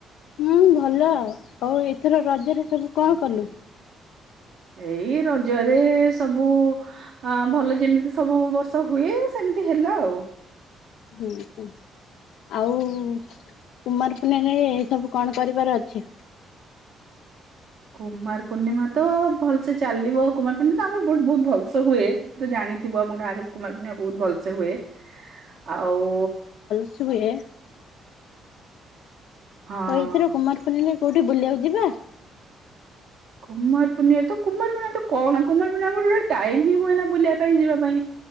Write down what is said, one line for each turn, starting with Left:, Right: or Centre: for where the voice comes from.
Left: ହୁଁ ଭଲ ଆଉ ଆଉ ଏଥର ରଜରେ ସବୁ କଣ କଲୁ?
Right: ଏଇ ରଜରେ ସବୁ ହଁ ଭଲ ଯେମିତି ସବୁ ବର୍ଷ ହୁଏ ସେମିତି ହେଲା ଆଉ।
Left: ହୁଁ ହୁଁ। ଆଉ କୁମାର ପୂର୍ଣ୍ଣିମା ରେ ଏ ସବୁ କଣ କରିବାର ଅଛି?
Right: କୁମାର ପୂର୍ଣ୍ଣିମା ତ ଭଲସେ ଚାଲିବ କୁମାର ପୂର୍ଣ୍ଣିମା ଆମର ବହୁତୁ ବହୁତୁ ଭଲସେ ହୁଏ। ତୁ ତ ଜାଣିଥିବୁ ଆମ ଗାଁ ରେ କୁମାର ପୂର୍ଣ୍ଣିମା ବହୁତ ଭଲସେ ହୁଏ ଆଉ।
Left: ସୁୁଏ
Right: ହଁ
Left: ଆଉ ଏଇଥର କୁମାର ପୂର୍ଣ୍ଣମୀ ରେ କୋଉଠି ବୁଲିବାକୁ ଯିବା?
Right: କୁମାର ପୂର୍ଣ୍ଣିମା ତ କୁମାର ପୂର୍ଣ୍ଣିମା ତ କଣ ଆ କୁମାର ପୂର୍ଣ୍ଣିମା ଆମୁକୁ ଟୋଟାଲି ଟାଇମ ହିଁ ହୁଏ ନା ବୁଲିବା ପାଇଁ ଯିବା ପାଇଁ।